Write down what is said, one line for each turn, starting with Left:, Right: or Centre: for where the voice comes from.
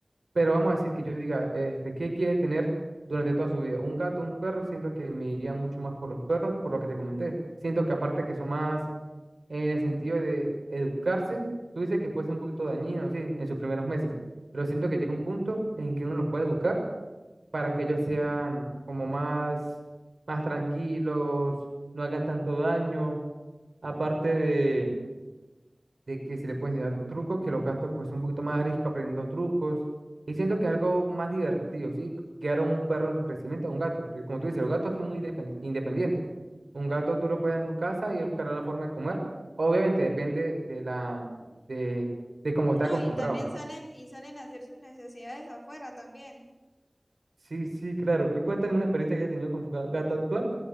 Right: pero vamos a decir que yo diga, este, ¿qué quiere tener durante toda su vida? ¿Un gato, un perro? Siento que me iría mucho más por los perros, por lo que te comenté. Siento que aparte que son más en el sentido de educarse, tú dices que puede ser un poquito dañino, sí, en sus primeros meses, pero siento que llega un punto en que uno los puede educar para que ellos sean como más, más tranquilos, no hagan tanto daño, aparte de de que se le pueden enseñar trucos, que los gastos pues son un poquito más a riesgo aprendiendo trucos. Y siento que es algo más divertido, ¿sí? Criar a un perro en su crecimiento a un gato, porque como tú dices, los gatos son muy depen- independientes. Un gato tú lo puedes dar en su casa y él buscará la forma de comer. Obviamente depende de la de, de cómo
Left: No,
Right: está acostumbrado.
Left: y también salen, y salen a hacer sus necesidades afuera también.
Right: Sí, sí, claro. Y cuéntame una experiencia que haya tenido con su ga- gato actual.